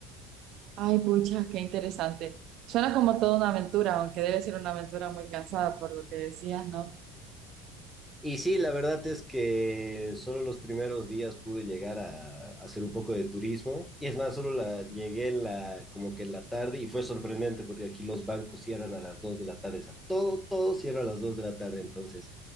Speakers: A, on the right; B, in the centre.
A: Ay, pucha, qué interesante. Suena como toda una aventura, aunque debe ser una aventura muy cansada por lo que decías, ¿no?
B: Y sí, la verdad es que solo los primeros días pude llegar a, a hacer un poco de turismo. Y es más, solo la, llegué en la, como que en la tarde y fue sorprendente porque aquí los bancos cierran a las 2 de la tarde. O sea, todo, todo cierra a las 2 de la tarde. Entonces,